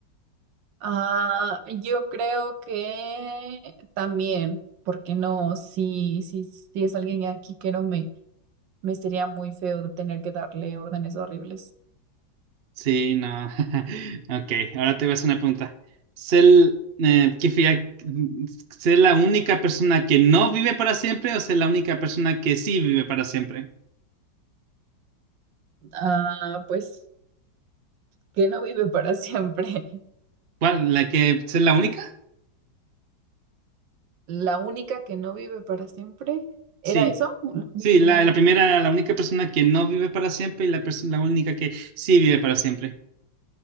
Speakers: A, on the right; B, on the right.
A: Ah, yo creo que también, porque no, si, si, si es alguien aquí que no me, me sería muy feo de tener que darle órdenes horribles.
B: Sí, no. <laughs> Ok, ahora te voy a hacer una pregunta. ¿Sé, el- eh, qué fía- ¿sé la única persona que no vive para siempre o ser la única persona que sí vive para siempre?
A: Ah, pues que no vive para siempre. <laughs>
B: ¿Cuál? ¿La que ser la única?
A: La única que no vive para siempre,
B: Sí.
A: ¿era eso? La única
B: Sí,
A: que
B: la,
A: no vive
B: la primera,
A: para-
B: la única persona que no vive para siempre y la persona, la única que sí vive para siempre.